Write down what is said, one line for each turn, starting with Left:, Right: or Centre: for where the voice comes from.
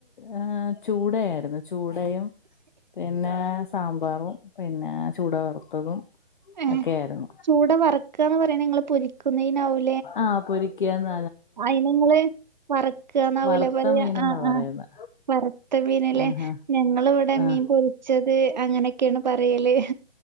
Left: ഏ ചൂടയായിരുന്നു ചൂടയും പിന്നെ സാമ്പാറും പി പിന്നെ ചൂട വറുത്തതും
Right: ഏഹ്
Left: ഒക്കെ യാ യിരുന്നു
Right: ചൂട വർക്കാ ന്ന് പറയ്ണ ഇങ്ങള് പൊരിക്കുന്നതിനാവും
Left: ആഹ് പൊരിക്കിയാന്ന
Right: അയിന് ങ്ങള് വറക്കന്നാവൂല്ലേ
Left: വറുത്ത
Right: പഞ്ഞാ
Left: മീനെന്നാ
Right: ആ
Left: പറയുന്നെ
Right: ആ വറത്ത മീനല്ലേ
Left: ആഹാ
Right: ഞങ്ങള് വിടെ മീൻ
Left: ആഹ്
Right: പൊരിക്ക് - ച്ചത് അങ്ങനെക്കെണ് പറയല്